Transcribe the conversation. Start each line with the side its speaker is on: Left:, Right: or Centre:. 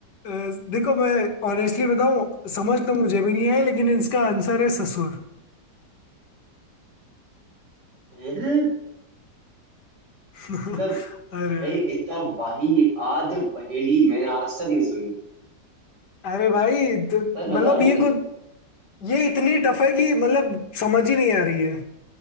Left: अ, देखो मैं ऑनेस्टली बताऊं समझ तो मुझे भी नहीं है लेकिन इसका आंसर है ससुर
Right: हैं?
Left: <laughs>
Right: मतलब
Left: अरे
Right: भाई इतना वाही आद पहेली मैंने आज तक नहीं सुनी
Left: अरे भाई तो मतलब
Right: सच बता रहा
Left: ये
Right: हूँ इस
Left: कुछ ये इतनी टफ है कि मतलब समझ ही नहीं आ रही है